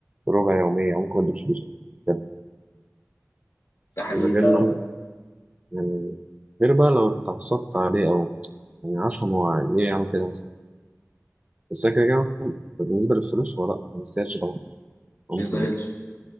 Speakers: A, on the right; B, on the left.
A: ربع يوميه ممكن ما اديلوش فلوس اصلا بجد
B: ده حقيقي
A: من غير
B: ده
A: نم... يعني غير بقى لو اتعصبت عليه او يعني عشان هو عادي. ليه يعمل كده مثلا بس أنا كده كده بالنسبه للفلوس هو لا ما يستاهلش طبعا عموما
B: ما يسهلش
A: يعني